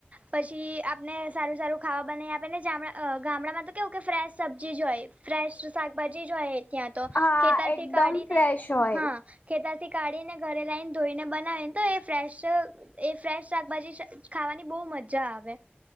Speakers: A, on the right; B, on the left.
A: પછી આપને સારું સારું ખાવા બનાવી આપેને જામડા ગામડામાં તો કેવું કે ફ્રેશ સબ્જી જ હોય. ફ્રેશ શાકભાજી જોઈ ત્યાં તો
B: હા
A: ખેતરથી
B: એકદમ
A: કાઢીને
B: ફ્રેશ
A: લ
B: હોય
A: હા ખેતરથી કાઢીને ઘરે લઈને ધોઈને બનાવેને તો એ ફ્રેશ એ ફ્રેશ શાકભાજી સ ખાવાની બહુ મજા આવે.